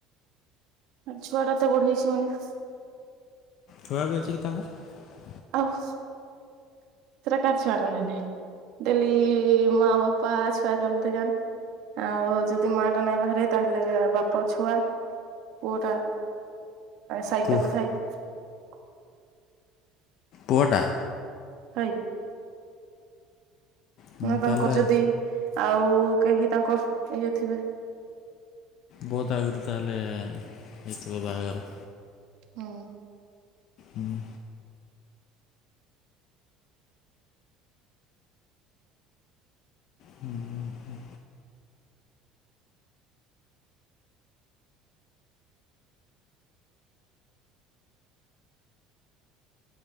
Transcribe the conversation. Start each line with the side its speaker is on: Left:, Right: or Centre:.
Right: ଆ ଛୁଆ ଟା ତ ବଢେଇଛି ମାନେ
Left: ଛୁଆ ବି ଅଛି କି ତାଙ୍କର?
Right: ଆଉ ଚତକାାରଚ ବାରଣନେ <unintelligible> ଡେଲି ମା ବାପାଛୁଆ ଜ ଆଉ ଯଦି ମା ଟା ନାଇଁ ବାହାରେ ତାହେଲେ ବାପ ଛୁଆ ପୁଅଟା ସାଇକଲଟେ
Left: ପୁ
Right: ଥାଏ <unintelligible>
Left: ପୁଅଟା
Right: ହଁ
Left: ହୁଁ
Right: ନା ତାଙ୍କର
Left: ତାହେଲେ
Right: ଯଦି ଆଉ କେହି ତାଙ୍କର ଇଏ ଥିବେ?
Left: ବହୁତ ଆଗରୁ ତାହେଲେ ହେଇଥିବ ବାହାଘର।
Right: ହଁ
Left: ହୁଁ ହୁଁ ହୁଁ